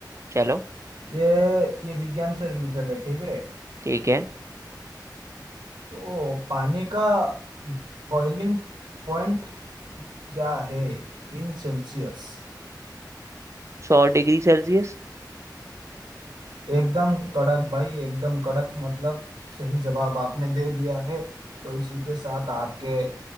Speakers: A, on the right; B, on the right.
A: चलो
B: ये ये विज्ञान से रिलेटेड है ठीक है
A: ठीक है
B: तो पानी का बॉइलिंग पॉइंट क्या है इन सेल्सियस
A: सौ डिग्री सेल्सियस
B: एकदम कड़क भाई एकदम कड़क मतलब सही जवाब आपने दे दिया है तो इसी के साथ आपके